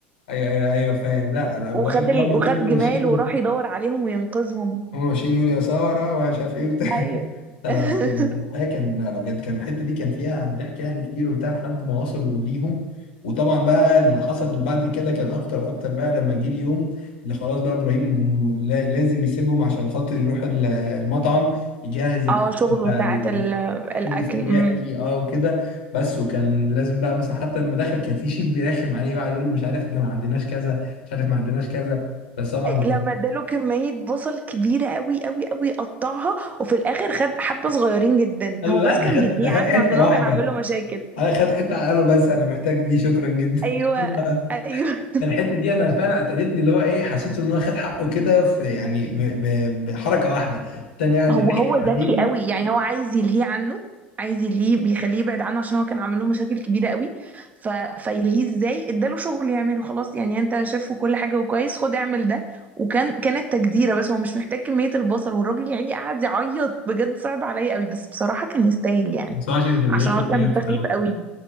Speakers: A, on the left; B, on the right.
A: ايوه ايوه ايوه فاهم لا لا لا وقعد
B: وخد ال...
A: هم طول
B: وخد
A: ما
B: جمال
A: ماشيين
B: وراح يدور عليهم وينقذهم
A: هم ماشيين يقولوا يا ساره ومش عارف ايه وبتاع
B: ايوه
A: <laughs> لا
B: <laughs>
A: لا بس كان الحقيقه كان لا لا بجد كان الحته دي كان فيها ضحك يعني كتير وبتاع لحد ما وصلوا ليهم وطبعا بقى اللي حصل بعد كده كان اكتر واكتر بقى لما جه اليوم اللي خلاص بقى ابراهيم لا- لازم يسيبهم عشان خاطر يروح ال- المطعم يجهز الاكل
B: اه شغله
A: بتاع المفروض
B: ساعات ال... الاكل
A: السياحي
B: امم
A: اه وكده بس وكان لازم بقى مثلا حتى لما دخل كان في شيف بيرخم عليه بقى يقول له مش عارف احنا ما عندناش كذا مش عارف ما عندناش كذا بس طبعا
B: لما اداله كمية بصل كبيرة قوي قوي قوي قطعها وفي الاخر خد حبة صغيرين جدا
A: قال
B: هو
A: له لا
B: بس
A: ده
B: كان
A: خد
B: بيدعيه
A: ده
B: عنه
A: خد حته
B: عشان
A: واحده
B: هو كان عامل له مشاكل
A: اه خد حته على قاله بس انا محتاج دي شكرا جدا
B: ايوه
A: <laughs> لا،
B: ايوه
A: الحته دي انا فعلا قتلتني اللي هو ايه حسيت ان هو خد حقه كده في يعني ب... ب... بحركه واحده التاني
B: <laughs>
A: قاعد
B: هو
A: يلحق
B: هو ذكي
A: عليه
B: قوي يعني هو عايز يلهيه عنه عايز يلهيه بيخليه يبعد عنه عشان هو كان عامل له مشاكل كبيرة قوي ف... فيلهيه ازاي اداله شغل يعمله خلاص يعني انت شايف كل حاجة وكويس خد اعمل ده وكان كانت تجديرة بس هو مش محتاج كمية البصل والراجل يعني قعد يعيط بجد صعب عليا قوي بس بصراحة كان يستاهل يعني
A: بس هو عشان كان
B: عشان
A: رخم
B: هو كان
A: أيوة في
B: سخيف
A: الأول
B: قوي